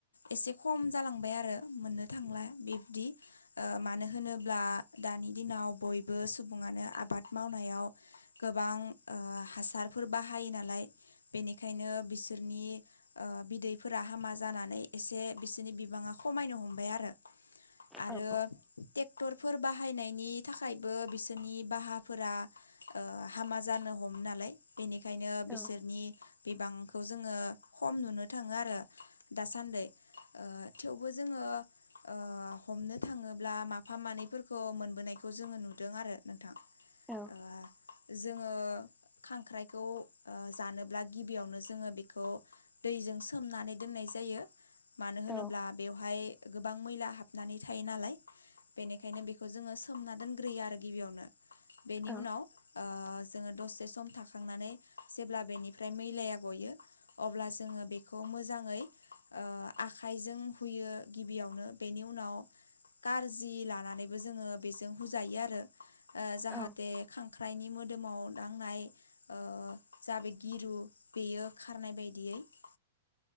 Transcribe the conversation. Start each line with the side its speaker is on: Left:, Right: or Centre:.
Left: एसे खम जालांबाय आरो मोननो थांला बिब्दि ओ मानो होनोब्ला दानि दिनाव बयबो सुबुङानो आबाद मावनाय याव गोबां ओ हासारफोर बाहायो नालाय बेनिखायनो बिसोरनि ओ बिदैफोरा हामा जानानै एसे बिसोरनि बिबाङा खमायनो हमबाय आरो आरो
Centre: औ
Left: ट्रेक्टरफोर बाहायनायनि थाखायबो बिसोरनि भाहाफोरा ओ हामा जानो हमो नालाय बेनिखायनो बिसोरनि
Centre: औ
Left: बिबांखौ जोङो खम नुनो थाङो आरो। दासान्दि ओ थेवबो जोङो ओ हमनो थाङोब्ला माफा मानैफोरखौ मोनबोनायखौ जोङो नुदों आरो नोंथां
Centre: औ
Left: ओ जोङो खांख्राइखौ ओ जानोब्ला गिबियावनो जोङो बेखौ दैजों सोमनानै दोननाय जायो मानो होनोब्ला
Centre: औ
Left: बेवहाय गोबां मैला हाबनानै थायो नालाय बेनिखायनो बेखौ जोङो सोमना दोनग्रोयो आरो गिबियावनो बेनि
Centre: औ
Left: उनाव ओ जोङो दसे सम थाखांनानै जेब्ला बेनिफ्राय मैलाया गयो अब्ला जोङो बेखौ मोजाङै ओ आखाइजों हुयो। गिबियावनो बेनि उनाव कारजि लानानैबो जोङो बेजों हुजायो आरो ओ जाहाथे
Centre: औ
Left: खां खांख्राइनि मोदोमाव दांनाय ओ जा बे गिरु बेयो खारनाय बायदियै ओ